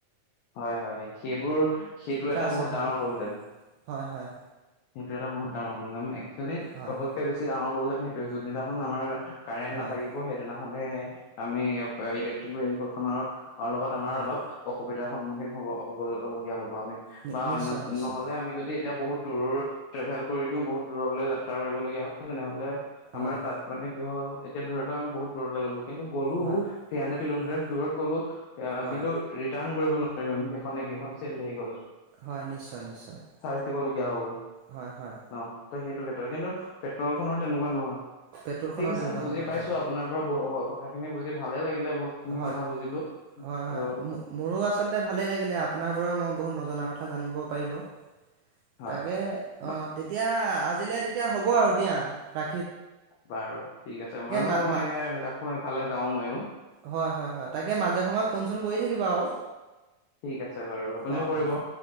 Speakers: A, on the left; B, on the right.
A: হয় হয় সেইবোৰ সেইটো এটা
B: আছে
A: বহুত
B: হয়
A: ডাঙৰ প্ৰব্লেম
B: হয় হয়
A: সেইটো এটা বহুত ডাঙৰ প্ৰব্লেম এক চলি
B: হয়
A: চবচকে বেছি ডাঙৰ প্ৰব্লেম সেইটোয়ে যোনদিনাখন আমাৰ কাৰেণ্ট
B: হয়
A: নাথাকিব সেইদিনা আমি আমি ইলেক্ট্ৰিক ভেহিক খনৰ আৰু লগত আমাৰ
B: হয়
A: অলপ অসুব সুবিধাৰ সন্মুখীন হ'ব হ'বলগীয়া হ'ব আমি
B: নি
A: বা
B: নিশ্চয়
A: অন্য
B: নিশ্চয়
A: নহলে আমি যদি এতিয়া বহুত দৰৰ ট্ৰেভেল কৰি দিও বহুত দূৰলৈ যাত্ৰা কৰিবলগীয়া হয় তেনেহলে আমাৰ
B: হয়
A: তাত মানে কি'ল এতিয়া ধৰি লওক আমি বহুত দূৰলে গ'লোঁ। কিন্তু গলোঁ
B: হয়
A: থ্ৰী হন্দ্ৰেদ কিলোমিটাৰচ
B: হয়
A: দূৰত গলোঁ
B: হয়
A: কিন্তু ৰিটাৰ্ণ নোৱাৰম সেইনে সেইখন চেম ভেহিকেলত।
B: হয় নিশ্চয় নিশ্চয়।
A: চাৰ্জ দিবলগীয়া হ'ব
B: হয় হয়
A: অ', ত' সেইটো ক্ষেত্ৰত কিন্তু পেট্ৰল খনৰ তেনেকুৱা নহয়
B: পেট্ৰলখনৰ
A: ঠিক আছে
B: তেনেকুৱা
A: বুজি
B: নহয়
A: পাইছো
B: হয়
A: আপোনাৰ পৰা বৰ অ কথা খিনি বুজি ভালে লাগিলে। বহুতখিনি
B: হয়
A: কথা বুজিলো
B: হয় হয়
A: আৰু
B: মোৰো আচলতে ভালেই লাগিলে আপোনাৰ পৰা মই বহুত নজনা কথা জানিব পাৰিলোঁ।
A: হয়
B: তাকে
A: বা-
B: অ', তেতিয়া আজি আজিলে তেতিয়া হ'ব আৰু দিয়া ৰা
A: বাৰু ঠিক আছে ময়ো
B: মা মা
A: এয় ৰাখো এফালে যাও মইো।
B: হয় হয় হয় তাকে মাজে সময়ে ফোন চোন কৰি থাকিবা আৰু।
A: ঠিক আছে বাৰু আপুনিও
B: অ',
A: কৰিব
B: অ',